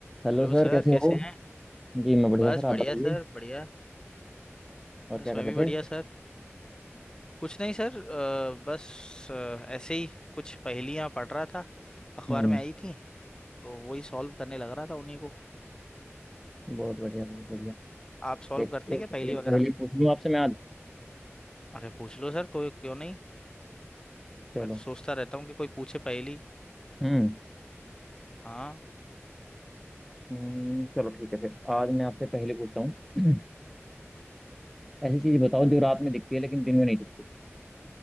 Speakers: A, in the centre; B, on the left.
A: हेलो
B: हेलो
A: सर
B: सर
A: कैसे
B: कैसे
A: हो
B: हैं
A: जी मैं बढ़िया
B: बस
A: सर आप
B: बढ़िया
A: बताइए
B: सर बढ़िया
A: और
B: बस
A: क्या कर
B: मैं भी
A: रहे
B: बढ़िया
A: थे
B: सर कुछ नहीं सर अ, बस अ, ऐसे ही कुछ पहेलियां पढ़ रहा था अखबार
A: हम्म
B: में आई थी तो वही सॉल्व करने लग रहा था उन्हीं को
A: बहुत बढ़िया बहुत बढ़िया
B: आप सॉल्व
A: एक
B: करते
A: एक
B: हैं क्या पहेली
A: एक
B: वगैरह
A: पहेली पूछ लूँ आपसे मैं आज
B: अरे पूछ लो सर कोई क्यों नहीं
A: चलो
B: मैं तो सोचता रहता हूँ कि कोई पूछे पहेली
A: हम्म
B: हाँ
A: हम्म, चलो ठीक है फिर आज मैं आपसे पहेली पूछता हूँ <clears throat> ऐसी चीज बताओ जो रात में दिखती है लेकिन दिन में नहीं दिखती